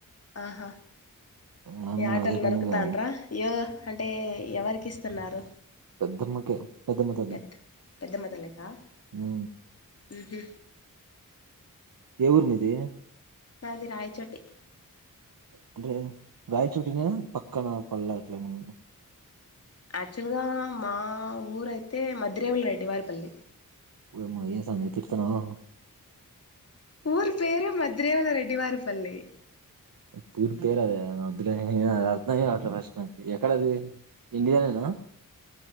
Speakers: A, on the left; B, on the right.
A: ఆహా
B: మా అమ్మ
A: యాటలు
B: అదే పనిగా
A: నరుకుతాన్రా యో అంటే ఎవరికి ఇస్తున్నారు
B: పెద్దమ్మకే పెద్దమ్మ తల్లి
A: పెట్ పెద్దమ్మ తళ్ళికా
B: ఉమ్
A: మ్ హు
B: ఏ ఊరు మీది
A: మాది రాయ్చోటి
B: అంటే రాయిచోటిన పక్కన పళ్ళ అట్ల ఏమన్న
A: యాక్చువల్గా మా ఊరైతే మద్ధిరేవుళ రెడ్డి వారిపల్లి
B: ఓయమ్మో ఏ సామీ తిడుతున్నావ
A: ఊరి పేరే మద్ధిరేవుల రెడ్టివారిపల్లి
B: పఊరి పేరు అద వద్దు లే ఏ అది అర్ధమే కావట్లే ఫస్ట్ నాకు ఎక్కడ అది ఇండియానేనా